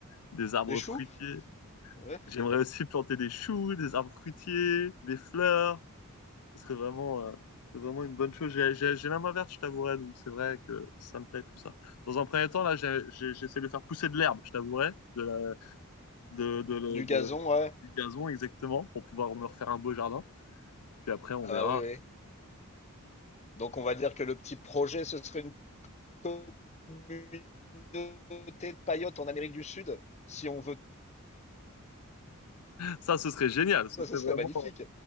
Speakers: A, on the left; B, on the left.
A: des arbres
B: Des choux?
A: fruitiers.
B: Ouais.
A: J'aimerais aussi planter des choux, des arbres fruitiers, des fleurs. Ce serait vraiment, euh, ce serait vraiment une bonne chose. J'ai, j'ai, j'ai la main verte, je t'avouerai, donc c'est vrai que ça me plaît tout ça. Dans un premier temps, là, j'ai- j'ai- j'essaie de faire pousser de l'herbe, je t'avouerai, de la, de, de, de-
B: Du
A: de-
B: gazon, ouais.
A: du gazon exactement, pour pouvoir me refaire un beau jardin. Puis après, on
B: Ah
A: verra.
B: bah, oui, oui. Donc on va dire que le petit projet, ce serait une communauté de paillotes en Amérique du Sud, si on veut
A: Ça, ce serait génial.
B: <laughs>
A: Ce
B: ça,
A: serait
B: ce serait
A: vraiment,
B: magnifique.